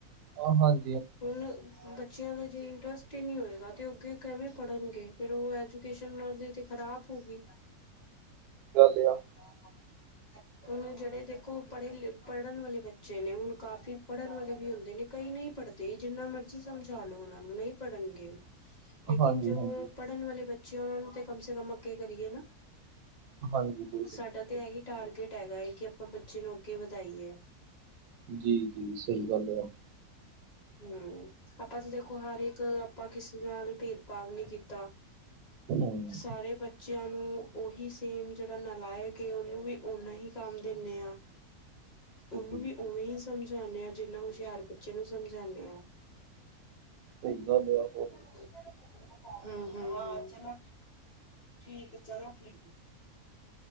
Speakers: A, on the right; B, on the left.
A: ਅਹ ਹਨ
B: ਹੁਣ। ਬੱਚਿਆਂ ਦਾ ਜੇ ਇੰਟਰਸਟ ਹੀ ਨਹੀਂ ਹੋਏਗਾ ਤਾਂ ਅੱਗੇ ਕਿਵੇਂ ਪੜ੍ਹਨਗੇ ਫਿਰ ਉਹ ਐਜੂਕੇਸ਼ਨ ਉਹਨਾਂ ਦੇ ਤਾਂ ਖ਼ਰਾਬ। ਹੋਗੀ।
A: ਗੱਲ ਏ ਆ।
B: ਹਾਂ। ਹੁਣ ਜਿਹੜੇ ਦੇਖੋ ਪੜ੍ਹੇ ਪੜ੍ਹਨ ਵਾਲੇ ਬੱਚੇ ਨੇ ਹੁਣ ਕਾਫ਼ੀ ਪੜ੍ਹਨ ਵਾਲੇ ਵੀ ਹੁੰਦੇ ਨੇ। ਕਈ ਨਹੀਂ ਪੜ੍ਹਦੇ ਜਿੰਨਾ ਮਰਜੀ ਸਮਝਾ ਲਓ ਉਹਨਾਂ ਨੂੰ ਨਹੀਂ ਪੜ੍ਹਨਗੇ। ਲੇਕਿਨ
A: ਹਾਂਜੀ-ਹਾਂਜੀ,
B: ਜੋ ਪੜ੍ਹਨ ਵਾਲੇ ਬੱਚੇ ਉਹਨਾਂ ਨੂੰ ਤਾਂ ਕਮ ਸੇ ਕਮ ਅੱਗੇ ਕਰੀਏ ਨਾ।
A: ਹਾਂਜੀ। ਬਿਲਕੁਲ-ਬਿਲਕੁਲ,
B: ਸਾਡਾ ਤੇ ਇਹ ਹੀ। ਟਾਰਗੇਟ ਹੈਗਾ ਹੈ ਕਿ ਆਪਾਂ ਬੱਚੇ ਨੂੰ ਅੱਗੇ ਵਧਾਈਏ।
A: ਜੀ-ਜੀ ਸਹੀ ਗੱਲ ਆ।
B: ਹੂੰ, ਆਪਾਂ ਤੇ ਦੇਖੋ ਹਰ ਇੱਕ ਆਪਾਂ। ਕਿਸੇ ਨਾਲ ਭੇਦਭਾਵ ਨਹੀਂ ਕੀਤਾ
A: ਹੂੰ,
B: ਸਾਰੇ ਬੱਚ ਬੱਚਿਆਂ ਨੂੰ ਉਹੀ ਸੇਮ ਜਿਹੜਾ ਨਾਲਾਇਕ ਏ ਉਹਨੂੰ ਵੀ ਉਨਾ ਹੀ ਕੰਮ ਦਿੰਦੇ ਆ। ਉਹਨੂੰ
A: ਜੀ
B: ਵੀ ਉਵੇਂ ਹੀ ਸਮਝਾਉਂਦੇ ਹਾਂ ਜਿੰਨਾ ਹੁਸ਼ਿਆਰ ਬੱਚੇ ਨੂੰ ਸਮਝਾਉਂਨੇ ਹਾਂ।
A: ਭਇਆ ਲੇਯਾ
B: ਹੂੰ, ਹੂੰ, ਹੂੰ। ਚਲੋ ਠੀਕ ਏ। ਚਲੋ ਠੀਕ ਏ।